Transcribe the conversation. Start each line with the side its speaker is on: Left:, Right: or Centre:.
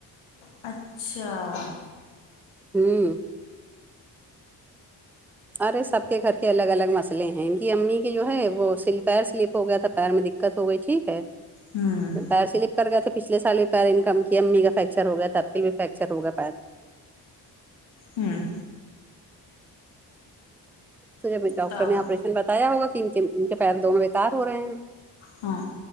Left: اچھا
Centre: ہوں ارے سب کے گھر کے الگ الگ مسئلے ہیں ان کی امی کے جو ہے وہ سا پیر سلپ ہو گیا تھا پیر میں دکھ ہو گئی ٹھیک ہے
Left: ہوں
Centre: پیر سلپ کر گے تو پچھے سال بھی پیر انکم کیا امی کا فریکچر ہو گیا تھا آب کل بھی فریکچر ہوگا پیر
Left: ہمم
Centre: تو جب ڈاکٹر
Left: تب
Centre: نے آپریشن بتایا ہوگا کہ ان کے ان کے پیر دونوں بےکار ہو رہے ہیں
Left: ہاں